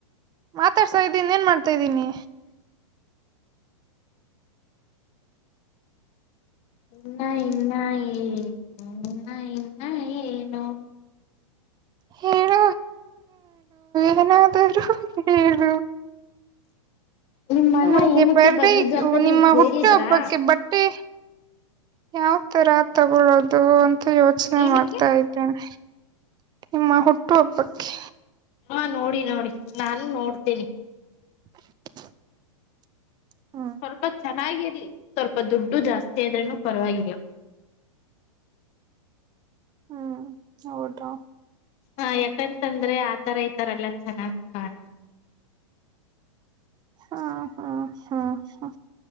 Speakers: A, on the right; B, on the left.
A: ಮಾತಾಡ್ಸಾ ಇದ್ದೀನ್ ಏನ್ ಮಾಡ್ತಾ ಇದ್ದೀನಿ.
B: ಇನ್ನ ಇನ್ನ ಏನು ಇನ್ನ ಇನ್ನ ಏನು.
A: ಹೇಳ. ಏನಾದ್ರೂ ಇದ್ರೆ ಹೇಳ್ಬಿಡು.
B: ನಿಮ್ಮಣ್ಣ
A: ನಿಗೆ
B: ಏನಕ್ಕೆ
A: ಬರ್ಡೈ
B: ಬಂದಿದ್ದು ಅಂತ
A: ನಿಮ್ಮ
B: ನೀವ್ ಕೇಳಿದ್ರಾ?
A: ಹುಟ್ಟುಹಬ್ಬಕ್ಕೆ ಬಟ್ಟೆ. ಯಾವ ತರ ತಗೊಳೋದು ಅಂತ ಯೋಚನೆ
B: ಏನಕ್ಕೆ
A: ಮಾಡ್ತಾ ಇದ್ದೇನೆ. ನಿಮ್ಮ ಹುಟ್ಟು ಹಬ್ಬಕ್ಕೆ.
B: ಹಾ ನೋಡಿ ನೋಡಿ ನಾನು ನೋಡ್ತೇನಿ.
A: <inaudible> ಹ್ಮ್
B: ಸ್ವಲ್ಪ ಚೆನ್ನಾಗಿರ್ಲಿ ಸ್ವಲ್ಪ ದುಡ್ಡು ಜಾಸ್ತಿ ಆದ್ರೂನು ಪರವಾಗಿಲ್ಲ.
A: ಹ್ಮ್ ಹೌದಾ
B: ಹಾ ಯಾಕಂತಂದ್ರೆ ಆತರ ಈತರ ಎಲ್ಲಾ ಚೆನ್ನಾಗ್ ಕಾಣ.
A: <inaudible> ಹಾ ಹಾ ಹಾ ಹಾ